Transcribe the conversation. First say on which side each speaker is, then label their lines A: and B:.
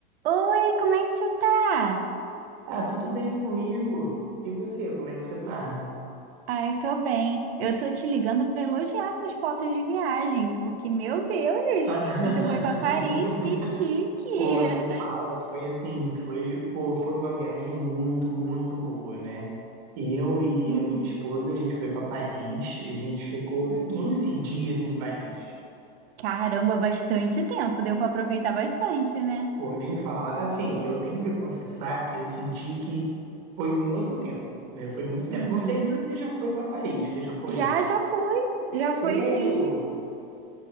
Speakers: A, on the right; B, on the right.
A: Oi, como é que você tá?
B: Ah, tudo bem comigo? E você, como é que você tá?
A: Ai, tô bem. Eu tô te ligando pra elogiar suas fotos de viagem, porque, meu Deus,
B: Tá. <laughs>
A: você foi pra Paris, que chique!
B: Pô, nem fala, foi assim, foi, pô, foi uma viagem muito, muito boa, né? Eu e
A: Uhum,
B: a minha esposa, a gente foi pra Paris, a gente ficou
A: uhum.
B: 15 dias em Paris.
A: Caramba, bastante tempo, deu pra aproveitar bastante, né?
B: Pô, nem fala. Assim, eu tenho que confessar que eu senti que foi muito tempo, né? Foi muito tempo.
A: Uhum.
B: Não sei se você já foi pra Paris, você já foi?
A: Já, já fui, já
B: Sério?
A: fui sim.